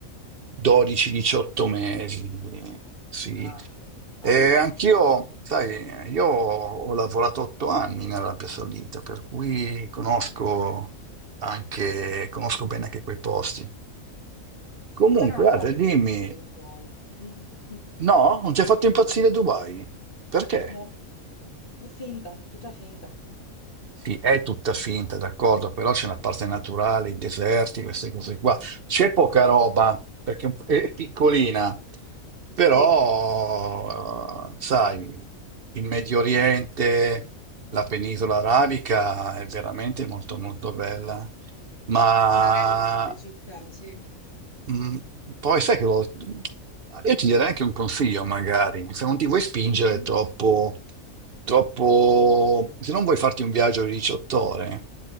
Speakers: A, on the right (about 50°); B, on the left (about 40°).
A: 12-18 mesi, sì.
B: Ah,
A: E
B: ha senso.
A: anch'io, sai, io ho lavorato otto anni in Arabia Saudita, per cui conosco anche, conosco bene anche quei posti. Comunque,
B: A me non ha fatto
A: Ale, dimmi,
B: impazzire Dubai. Mm. <laughs>
A: no, non ti
B: Dimmi,
A: ha fatto impazzire
B: dimmi.
A: Dubai? Perché?
B: No, è finta, è tutta finta.
A: Sì, è tutta finta, d'accordo, però c'è una parte naturale, i deserti, queste cose qua. C'è poca roba, perché un- è piccolina, però,
B: Sì, Sì.
A: eh, sai, il Medio Oriente, la penisola arabica è veramente molto molto bella, ma
B: magari altre città, sì.
A: Mm, Poi sai che lo- io ti darei anche un consiglio, magari, se non ti vuoi spingere
B: Mhm.
A: troppo, troppo, se non vuoi farti un viaggio di 18 ore,